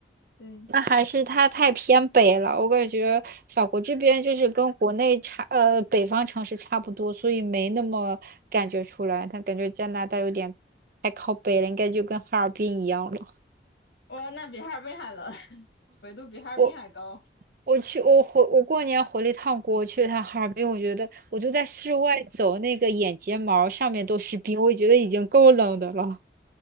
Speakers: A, on the left; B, on the right.
A: 对，
B: 那还是它太偏北了，我感觉法国这边就是跟国内差，呃，北方城市差不多，所以没那么感觉出来。但感觉加拿大有点太靠北了，应该就跟哈尔滨一样了。
A: 哦，那比哈尔滨还冷，<laughs> 纬度比哈尔滨还高。
B: 我我去我回我过年回了一趟国，我去了趟哈尔滨，我觉得我就在室外走，那个眼睫毛上面都是冰，我觉得已经够冷的了。